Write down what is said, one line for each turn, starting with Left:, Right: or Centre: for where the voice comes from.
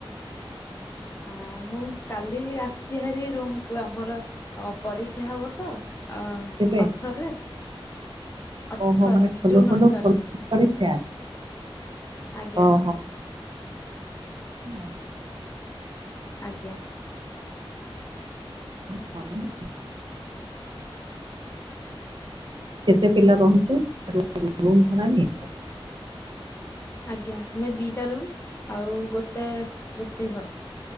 Left: ଆଁ ମୁଁ କାଲି ଆସିଛି ହାରି ରୁମକୁୁ ଆମର ପରୀକ୍ଷା ହବ ତ! ଅ
Right: କେବେ?
Left: ଅଠରରେ, ଅଠର,
Right: ଓହୋ ମାନେ ଖୋଲୁ
Left: ଜୁନ
Right: ଖୋଲୁ
Left: ଅଠରରେ।
Right: ଖୋଲୁ ପରୀକ୍ଷା
Left: ଆଜ୍ଞା
Right: ଓହୋ <unintelligible>
Left: ଆଜ୍ଞା।
Right: <unintelligible> କେତେ ପିଲା ରହୁଛୁ ରୁ ରୁମ୍ ଭଡ଼ାନିଏ?
Left: ଆଜ୍ଞା, ଆମେ ଦୁଇଟା ରୁମ୍ ଆଉ ଗୋଟେ ରୋଷେଇ ଘର।